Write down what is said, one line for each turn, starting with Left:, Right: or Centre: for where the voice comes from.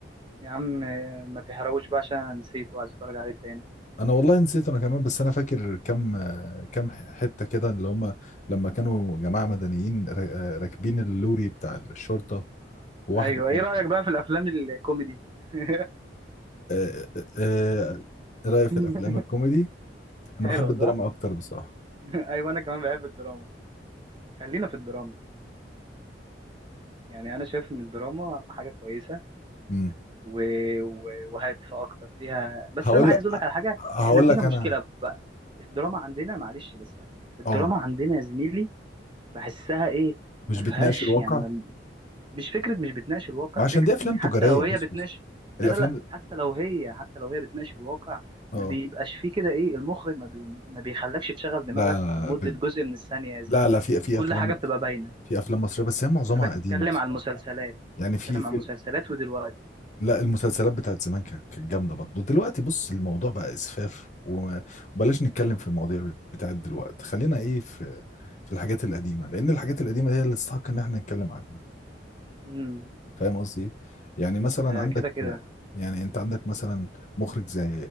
Right: يا عم آه، ما تحرقوش بقى عشان أنا نسيت وعايز اتفرج عليه تاني
Left: انا والله نسيت انا كمان بس انا فاكر كم آه، كم حتة كده اللي هم لما كانوا جماعة مدنيين را- آه، راكبين اللوري بتاع الشرطة وواحدة
Right: ايوه
Left: كانت
Right: ايه رايك بقى في الافلام الكوميدي <laughs>
Left: آه، آه، آه، إيه رأيك في
Right: <laughs>
Left: الافلام الكوميدي انا
Right: حلوة
Left: بحب الدراما
Right: صح؟
Left: اكتر بصراحة
Right: <laughs> أيوة أنا كمان بحب الدراما خلينا في الدراما يعني أنا شايف إن الدراما حاجة كويسة
Left: امم
Right: و... و... وهادفة أكتر فيها بس
Left: هقول
Right: أنا عايز
Left: لك
Right: أقول لك على حاجة
Left: هقول
Right: إحنا فينا
Left: لك
Right: مشكلة
Left: انا
Right: بقى الدراما عندنا معلش بس يعني الدراما
Left: اه
Right: عندنا يا زميلي بحسها إيه ما
Left: مش بتناقش
Right: فيهاش
Left: الواقع
Right: يعني مش فكره مش بتناقش الواقع
Left: ما عشان
Right: فكره
Left: دي افلام
Right: ان
Left: تجارية
Right: حتى لو
Left: بص
Right: هي بتناقش
Left: بص
Right: لا
Left: الافلام
Right: لا لا حتى لو هي حتى لو هي بتناقش الواقع
Left: اه
Right: ما بيبقاش فيه كده ايه المخرج ما بي ما بيخلكش تشغل دماغك
Left: لا
Right: لمده
Left: ب...
Right: جزء من الثانيه يا زميلي
Left: لا لا في في
Right: كل
Left: افلام
Right: حاجه بتبقى باينه
Left: في افلام مصريه بس هي معظمها
Right: انا بتكلم
Left: قديمه بصراحه
Right: عن المسلسلات
Left: يعني يعني
Right: بتكلم
Left: في في
Right: عن المسلسلات ودلوقتي
Left: لا المسلسلات بتاعت زمان كانت كانت جامده برضه دلوقتي بص الموضوع بقى اسفاف و- وبلاش نتكلم في المواضيع بتاعت دلوقتي خلينا ايه في في الحاجات القديمه لان الحاجات القديمه هي اللي تستحق ان احنا نتكلم عنها
Right: امم
Left: فاهم قصدي ايه يعني مثلا
Right: ده
Left: عندك
Right: كده كده
Left: يعني انت عندك مثلا مخرج زي